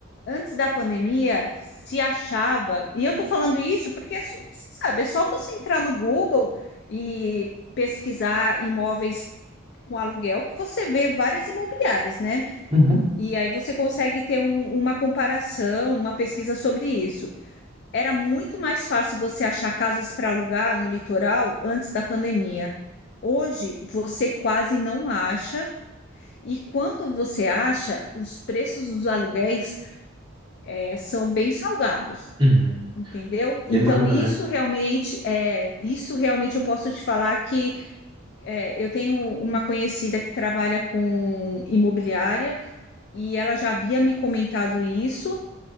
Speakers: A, on the left; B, on the right.
A: antes da pandemia, se achava, e eu tô falando isso porque, assim, você sabe, é só você entrar no Google e pesquisar imóveis com aluguel que você vê várias imobiliárias, né?
B: Uhum.
A: E aí você consegue ter um- uma comparação, uma pesquisa sobre isso. Era muito mais fácil você achar casas para alugar no litoral antes da pandemia. Hoje você quase não acha, e quando você acha, os preços dos aluguéis eh, são bem salgados.
B: uhum,
A: Entendeu?
B: Demanda,
A: Então, isso
B: né?
A: realmente é, isso realmente eu posso te falar que é, eu tenho uma conhecida que trabalha com imobiliária e ela já havia me comentado isso,